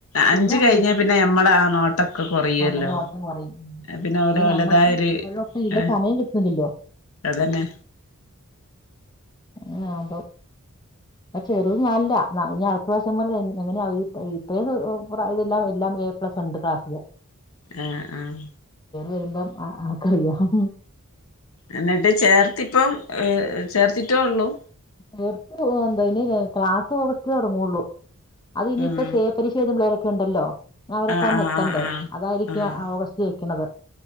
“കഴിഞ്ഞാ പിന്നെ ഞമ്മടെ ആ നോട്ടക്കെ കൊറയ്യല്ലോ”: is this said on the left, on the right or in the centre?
Left